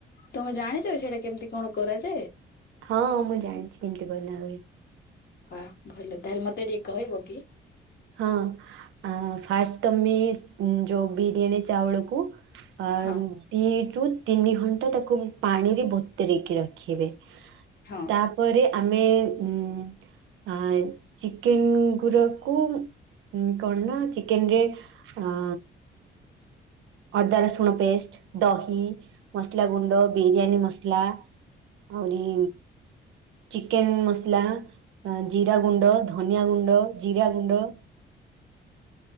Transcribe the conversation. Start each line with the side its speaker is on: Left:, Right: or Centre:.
Left: ତମେ ଜାଣିଛ କି ସେଇଟା କେମିତି କଣ କରାଯାଏ
Right: ହଁ ମୁଁ ଜାଣିଛି କେମିତି ବନା ହୁଏ
Left: ୱା ଭଲ ତାହେଲେ ମତେ ଟିକେ କହିବ କି
Right: ହଁ ଆ ଫାଷ୍ଟ ତମେ ଯୋଉ ବିରିୟାନୀ ଚାଉଳକୁ ଅ
Left: ହଁ
Right: ଦି ରୁ ତିନି ଘଣ୍ଟା ତାକୁ ପାଣିରେ ବତୁରେଇକି ରଖିବେ
Left: ହଁ
Right: ତାପରେ ଆମେ ଉଁ ଆ ଚିକେନ୍ ଗୁରକୁ ହୁଁ କଣ ନା ଚିକେନ ରେ ଅ ଅଦା, ରସୁଣ ପେଷ୍ଟ ଦହି ମସଲା ଗୁଣ୍ଡ ବିରିୟାନୀ ମସଲା ଆରିି ଚିକେନ ମସଲା, ଜିରା ଗୁଣ୍ଡ, ଧନିଆ ଗୁଣ୍ଡ, ଜିରା ଗୁଣ୍ଡ